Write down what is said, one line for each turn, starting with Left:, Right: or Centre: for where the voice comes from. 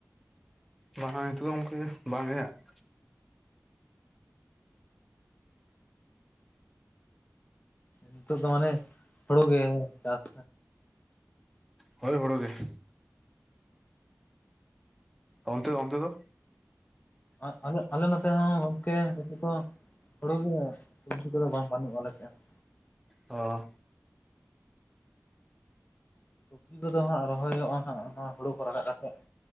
Centre: ᱵᱟᱝ ᱱᱤᱛᱚᱜ ᱫᱚ ᱜᱚᱢᱠᱮ ᱵᱟᱝ ᱜᱮ ᱦᱟᱹᱜ ᱾
Left: ᱱᱤᱛᱚᱜ ᱫᱚ ᱢᱟᱱᱮ ᱦᱳᱲᱳ ᱜᱮ ᱪᱟᱥ
Centre: ᱦᱳᱭ ᱦᱳᱲᱳ ᱜᱮ ᱾ ᱚᱱᱛᱮ ᱚᱱᱛᱮ ᱫᱚ?
Left: ᱟ-ᱟᱞᱮ ᱟᱞᱮ ᱱᱚᱛᱮ ᱦᱚᱸ ᱜᱚᱢᱠᱮ ᱱᱤᱛᱚᱜ ᱫᱚ ᱦᱩᱲᱩ ᱜᱮ ᱥᱚᱵᱽᱡᱤ ᱠᱚᱫᱚ ᱵᱟᱝ ᱵᱟᱹᱱᱩᱜ ᱟᱞᱮ ᱥᱮᱫ ᱦᱚᱸ ᱾
Centre: ᱚ ᱾
Left: ᱥᱚᱵᱽᱡᱤ ᱠᱚᱫᱚ ᱦᱟᱸᱜ ᱨᱚᱦᱚᱭᱚᱜᱼᱟ ᱦᱟᱸᱜ ᱚᱱᱟ ᱦᱩᱲᱩ ᱠᱚ ᱨᱟᱠᱟᱵ ᱠᱟᱛᱮᱜ ᱾